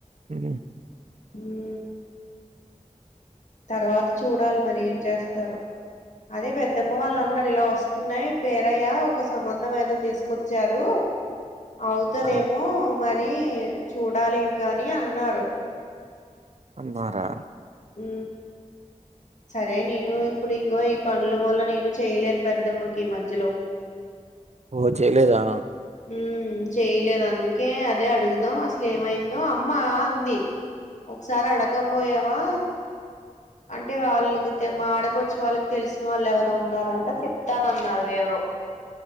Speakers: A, on the right (about 60°); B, on the left (about 65°).
A: ఉ
B: ఊ తర్వాత చూడాలి మరి ఏం చేస్తారు అదే పెద్దమ్మ వాళ్ళు అన్నారు ఇలా వస్తున్నాయి పేరయ్య ఒక సంబంధం ఏదో తీసుకొచ్చారు అవుతదేమో
A: ఆ
B: మరి చూడాలి ఇంకా అని అన్నారు
A: అన్నారా
B: ఉ సరే నేను ఇప్పుడు ఇగో ఈ పనుల వల్ల నేను చేయలేదు పెద్దమ్మకి ఈ మజ్జలో
A: ఓ చేయలేదా
B: ఉ చేయలేదు అందుకే అదే అడుగుదాం అసలు ఏమైందో అమ్మా అంది ఒకసారి అడకపోయావా అంటే వాళ్ళు తే మా ఆడపడుచు వాళ్ళకి తెలిసిన వాళ్ళు ఎవరు ఉన్నారంట చెప్తానన్నారు ఎవరో